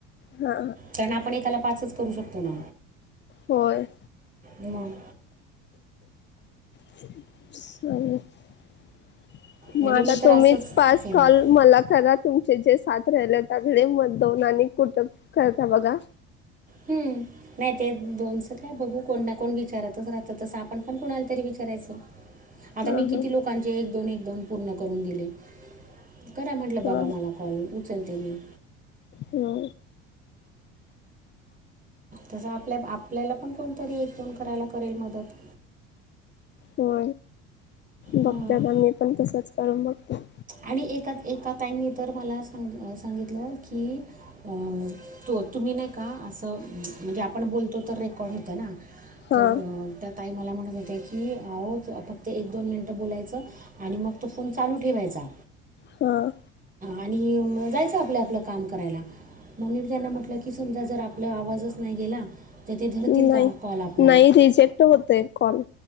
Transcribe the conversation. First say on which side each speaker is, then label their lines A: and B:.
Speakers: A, on the left; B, on the right.
A: हा
B: त्यांना आपण एकाला पाच करू शकतो ना.
A: होय.
B: मंग
A: <unintelligible>
B: म्हणजे
A: म आता
B: मी तर
A: तुम्हीच
B: असंच
A: पाच
B: ते नाही
A: कॉल मला करत तुमचे जे सात राहिले त्याघडे मग दोन आणि कुठ करता बघा
B: हम्म नाय ते दोनचं काय बघू कोण ना कोण विचारतच राहत तश आप पण कुणाला तरी विचारायच आता
A: हा
B: मी किती
A: हा
B: लोक लोकांचे एक दोन एक दोन पूर्ण करून दिले करा म्हटलं बाघा
A: हा
B: मला. कॉल उचलते मी
A: हो.
B: तसं आपल्या आपल्याला पण कोणतरी एकदोन करायला करेल मदत
A: हो बघते
B: हां
A: आता मी पण तसंच करून बघते.
B: आणि एका एका ताईनी तर मला सांग सांगितलं की, अ तो तुम्ही नाय का असं म्हणजे आपण बोलतो तर रेकॉर्ड होतं ना
A: हा
B: तर त्या ताई मला म्हणत होत्या की अह फक्त एक दोन मिनटं बोलायचं आणि मग तो फोन चालू ठेवायचा
A: हां
B: आणि जायचं आपलं आपलं काम करायला मम्मी त्यांना म्हटलं की समजा जर आपलं आवाजच नाही गेला तर ते धरतील
A: नाही
B: का कॉल आपला
A: नाही रिजेक्ट होतय कॉल